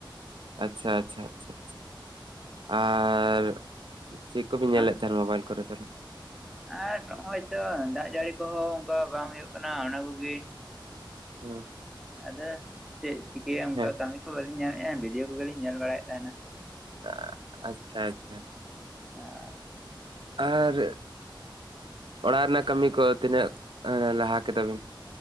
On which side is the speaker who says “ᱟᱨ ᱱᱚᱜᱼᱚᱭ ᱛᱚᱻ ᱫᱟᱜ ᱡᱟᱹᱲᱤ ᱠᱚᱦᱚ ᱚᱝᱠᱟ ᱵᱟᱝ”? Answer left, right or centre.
Centre